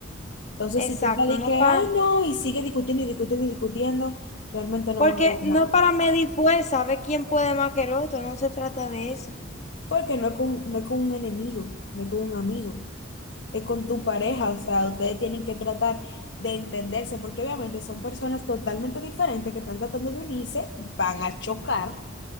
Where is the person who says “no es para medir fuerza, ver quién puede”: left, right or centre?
Left